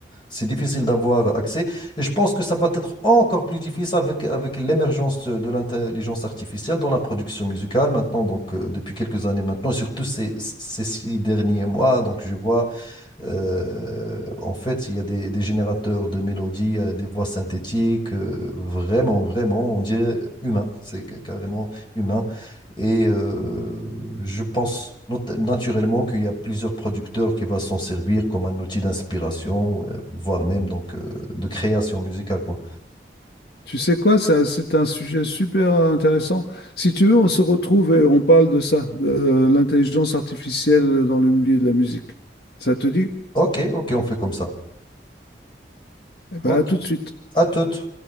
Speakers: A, on the left; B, on the left.
A: C'est difficile d'avoir accès. Et je pense que ça va être encore plus difficile avec, avec l'émergence de l'intelligence artificielle dans la production musicale maintenant, donc euh, depuis quelques années maintenant, et surtout ces, ces six derniers mois. Donc je vois euh, en fait, il y a des, des générateurs de mélodies, euh, des voix synthétiques, euh, vraiment, vraiment, on dirait humain, c'est ca- carrément humain. Et euh, je pense not- naturellement qu'il y a plusieurs producteurs qui vont s'en servir comme un outil d'inspiration, euh, voire même donc euh, de création musicale, quoi.
B: Tu sais quoi, ça, c'est un sujet super intéressant. Si tu veux, on se retrouve et on parle de ça, de euh, l'intelligence artificielle dans le milieu de la musique. Ça te dit?
A: Ok, ok, on fait comme ça.
B: Eh
A: Ok,
B: ben, à tout de suite.
A: à toutes.